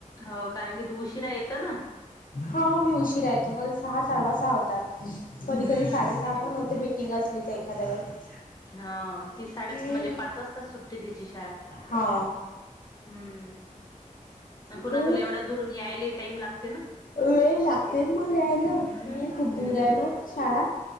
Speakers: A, on the left (about 25°); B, on the left (about 80°).
A: हो कारण की तु उशिरा येतं ना.
B: हो. मी उशीरा येते मला सहा साडा सहा होतात. कधी
A: हम्म
B: कधी साडेसहा
A: तिची
B: पण होते मी किंग असली तर एखाद्या वेळेस
A: हा ती साडे
B: हम्म
A: म्हणजे पाच वाजताच सुटते तिची शाळा.
B: हा.
A: हम्म. पुन्हा
B: हो.
A: तुला एवढ्या दुरून यायला टाइम लागते ना
B: वेळ लागते मला यायला.
A: हम्म
B: खूप
A: हम्म.
B: दूर आहे ना शाळा.